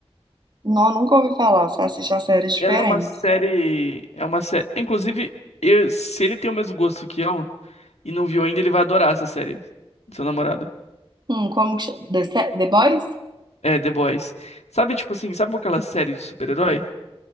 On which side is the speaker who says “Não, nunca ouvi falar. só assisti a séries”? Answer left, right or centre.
Right